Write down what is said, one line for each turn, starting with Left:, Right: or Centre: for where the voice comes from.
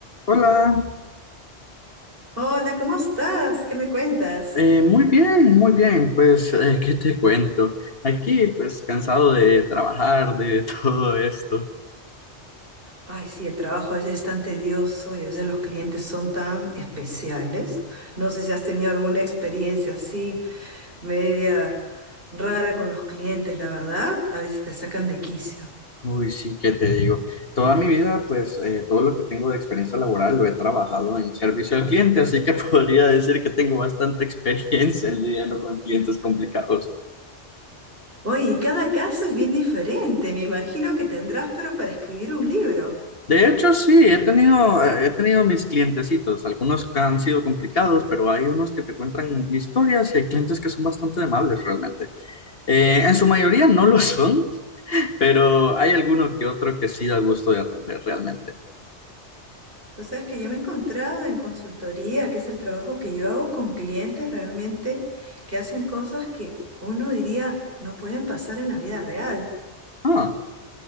Left: Hola,
Right: Hola, ¿cómo estás? ¿Qué me cuentas?
Left: eh, muy bien, muy bien. Pues, eh, ¿qué te cuento? Aquí, pues, cansado de trabajar, de <laughs> todo esto.
Right: Ay, sí, el trabajo a veces es tan tedioso y a veces los clientes son tan especiales. No sé si has tenido alguna experiencia así, media rara con los clientes, la verdad. A veces te sacan de quicio.
Left: Uy, sí, ¿qué te digo? Toda mi vida, pues, eh, todo lo que tengo de experiencia laboral lo he trabajado en servicio al cliente, así que <laughs> podría decir que tengo bastante experiencia lidiando con clientes complicados.
Right: Oye, y cada caso es bien diferente. Me imagino que tendrás, pero para escribir un libro.
Left: De hecho, sí, he tenido, eh, he tenido mis clientecitos, algunos que han sido complicados, pero hay unos que te cuentan historias y hay clientes que son bastante amables realmente. Eh, en su mayoría no lo son, pero hay alguno que otro que sí da gusto de atender realmente.
Right: Tú sabes que yo me he encontrado en consultoría, que es el trabajo que yo hago con clientes realmente que hacen cosas que uno diría no pueden pasar en la vida real.
Left: Ah,